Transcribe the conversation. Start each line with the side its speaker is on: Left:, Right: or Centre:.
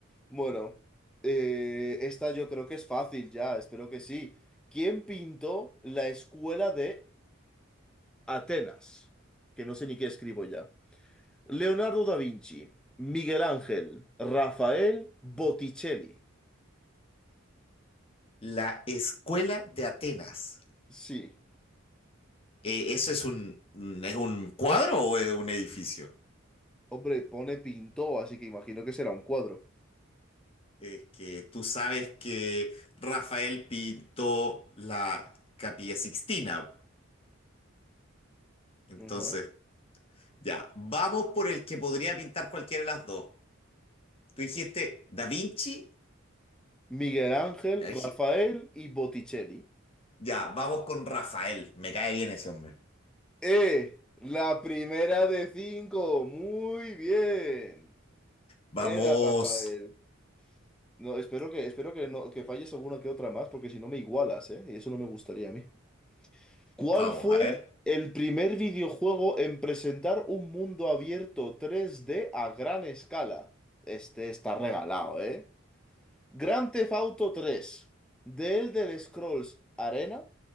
Centre: Bueno, eh, esta yo creo que es fácil ya, espero que sí. ¿Quién pintó la escuela de Atenas? Que no sé ni qué escribo ya. Leonardo da Vinci, Miguel Ángel, Rafael Botticelli.
Left: La Escuela de Atenas.
Centre: Sí,
Left: Eh, ¿eso es un, es un cuadro o es un edificio?
Centre: hombre, pone pintó, así que imagino que será un cuadro.
Left: Es que tú sabes que Rafael pintó la Capilla Sixtina. Entonces,
Centre: Ajá.
Left: ya, vamos por el que podría pintar cualquiera de las dos. Tú dijiste Da Vinci.
Centre: Miguel Ángel,
Left: Eh,
Centre: Rafael y Botticelli.
Left: Ya, vamos con Rafael. Me cae bien ese hombre.
Centre: Eh, la primera de cinco. Muy bien.
Left: Vamos,
Centre: Era Rafael. No, espero que, espero que no, que falles alguna que otra más, porque si no me igualas, ¿eh? Y eso no me gustaría a mí. ¿Cuál
Left: vamos,
Centre: fue
Left: a ver.
Centre: el primer videojuego en presentar un mundo abierto tres d a gran escala? Este está regalado, ¿eh? Grand Theft Auto tres, The Elder Scrolls Arena,